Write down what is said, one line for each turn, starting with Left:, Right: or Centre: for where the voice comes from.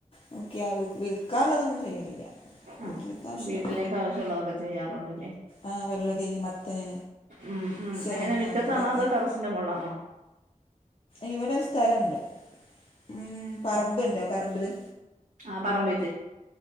Left: നോക്കിയാൽ വിൽക്കാനുള്ളതൊന്നും ചെയ്യലില്ല വീട്ടിലൊക്കെ
Right: ആ
Left: ആവശ്യള്ള
Right: വീട്ടിലേക്ക് ആവശ്യമുള്ളതൊക്കെ ചെയ്യാറുണ്ടല്ലേ
Left: ആഹ് വെള്ളരി മത്തന്
Right: ഉം ഉം
Left: ചിരങ്ങ
Right: എങ്ങനെ മിറ്റത്താണോ
Left: അങ്ങനത്തൊക്കെ
Right: അതോ ടെറസിന്റെ മോള്ളാണോ
Left: ഇവിടെ സ്ഥലണ്ട് ഉം പറമ്പ്ണ്ട് പറമ്പില്
Right: ആ പറമ്പി